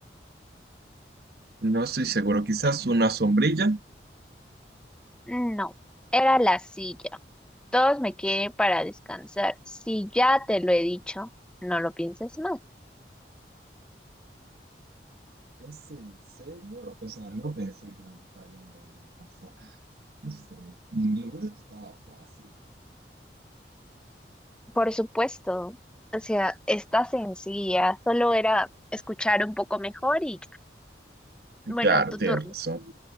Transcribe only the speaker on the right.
No estoy seguro, quizás una sombrilla.
¿Es en serio? O sea, no pensé que me estaría en la adivinanza. Qué estrés. Y lo bueno es que estaba fácil.
Claro,
tienes
razón.